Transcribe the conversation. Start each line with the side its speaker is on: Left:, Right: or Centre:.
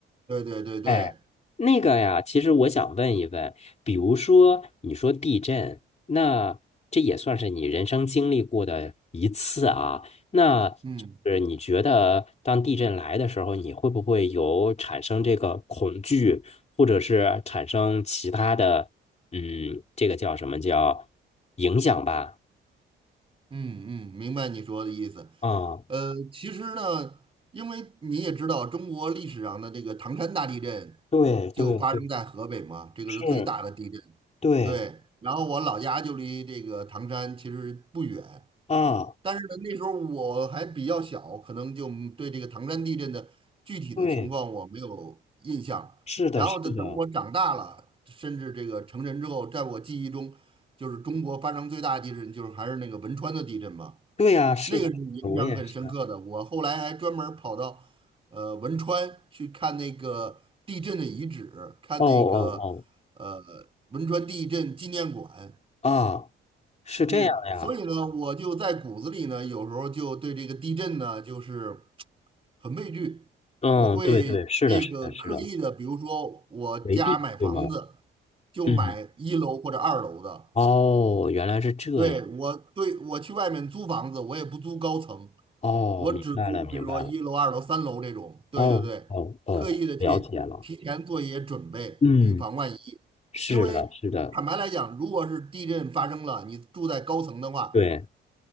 Right: 对对对对，
Left: 哎，那个呀，其实我想问一问，比如说你说地震，那这也算是你人生经历过的一次啊。那
Right: 嗯。
Left: 就是你觉得当地震来的时候，你会不会有产生这个恐惧，或者是产生其他的，嗯，这个叫什么叫影响吧？
Right: 嗯嗯，明白你说的意思。
Left: 啊，
Right: 呃，其实呢，因为你也知道，中国历史上的这个唐山大地震就发生在河北嘛，
Left: 对对对，
Right: 这个是最大的地震。
Left: 是，对
Right: 对，然后我老家就离这个唐山其实不远，
Left: 啊，
Right: 但是呢，那时候我还比较小，可能就嗯对这个唐山地震的具体的情况我没有印象。
Left: 对，是的，
Right: 然后呢，
Left: 是的，
Right: 等我长大了，甚至这个成人之后，在我记忆中，就是中国发生最大的地震，就是还是那个汶川的地震嘛，
Left: 对呀，是的，
Right: 那个是影响很深刻的。
Left: 我也是。
Right: 我后来还专门儿跑到呃汶川去看那个地震的遗址，看那个呃汶川地震纪念馆，
Left: 哦哦哦，啊，是这样呀。
Right: 嗯，所以呢，我就在骨子里呢，有时候就对这个地震呢，就是很畏惧。
Left: 嗯，
Right: 我会这个刻意的，
Left: 对对，是的，是的，是的，
Right: 比如说我家买房子，
Left: 回避，对吗？
Right: 就买一楼或者二楼的。
Left: 嗯，哦，原来是这样。
Right: 对，我对我去外面租房子，我也不租高层，
Left: 哦，
Right: 我只租比如说一楼、
Left: 明白了，明白了。
Right: 二楼、三楼这种。对对对，
Left: 哦哦哦，
Right: 刻意的去提前做一些准备，
Left: 了解了。嗯，
Right: 以防万一。
Left: 是的，
Right: 因为坦白来讲，
Left: 是的，
Right: 如果是地震发生了，你住在高层的话，
Left: 对，